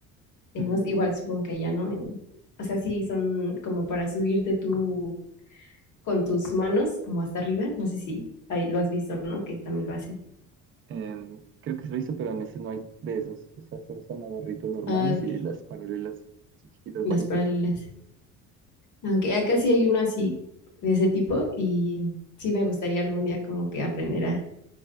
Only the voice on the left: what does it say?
Eh,
no- igual supongo que allá, ¿no? En- o sea, sí, son como para subirte tú con tus manos como hasta arriba. No sé si ahí lo has visto, ¿no? Que también lo hacen.
Ah, ok,
Las
paralelas. Aunque acá sí hay uno así de ese tipo y sí me gustaría algún día como que aprender a